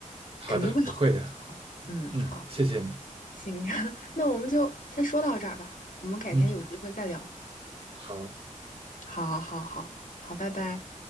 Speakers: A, on the right; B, on the left.
A: 好的，
B: 肯定会好的。
A: 我会的。
B: 好，嗯，
A: 嗯，
B: 好。
A: 谢谢你。
B: 行，<laughs> 那我们就先说到这儿吧，我们改天有机会再聊。
A: 嗯，好。
B: 好，好，好，好，拜拜。